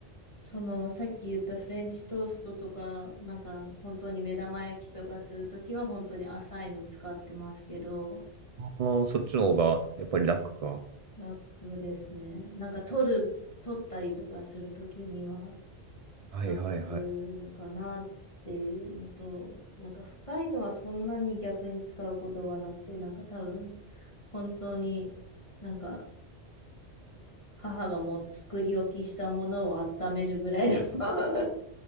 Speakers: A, on the left; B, on the right.
A: その、さっき言ったフレンチトーストとか、なんか、本当に目玉焼きとかするときは、本当に浅いの使ってますけど、
B: あー、そっちの方がやっぱり楽か。
A: 楽ですね。なんか、取る、取ったりとかするときには、
B: はいはいはいはい。
A: 楽かなっていうのと、なんか深いのはそんなに逆に使うことがなくて、なんか多分本当になんか母がもう作り置きしたものを温めるぐらいの <laughs>